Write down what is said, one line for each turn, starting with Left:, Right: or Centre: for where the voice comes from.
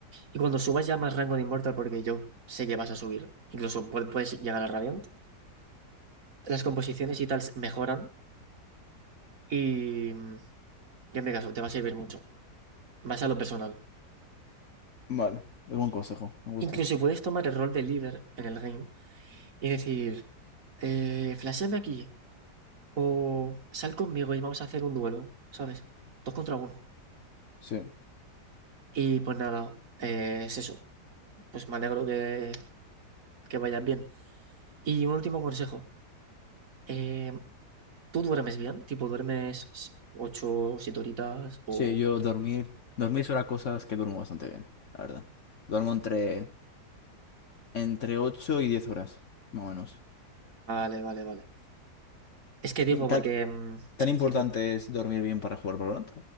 Right: Y cuando subas ya más rango de Immortal, porque yo sé que vas a subir, incluso pu- puedes llegar a Radiant, las composiciones y tal mejoran y, mm, y en mi caso te va a servir mucho, más a lo personal.
Left: Vale, es buen consejo, me gusta.
Right: Incluso si puedes tomar el rol de líder en el game y decir, eh, flashéame aquí o sal conmigo y vamos a hacer un duelo, ¿sabes? Dos contra uno.
Left: Sí.
Right: Y pues nada, eh, es eso. Pues me alegro que, que vayas bien. Y un último consejo. Eh, ¿Tú duermes bien? Tipo, ¿duermes ocho o siete horitas? O...
Left: Sí, yo dormir, dormir son las cosas que duermo bastante bien, la verdad. Duermo entre, entre 8 y 10 horas, más o menos.
Right: Vale, vale, vale. Es que digo,
Left: Y ¿Tan,
Right: porque mm,
Left: tan importante
Right: si duer-
Left: es dormir bien para jugar Valorant?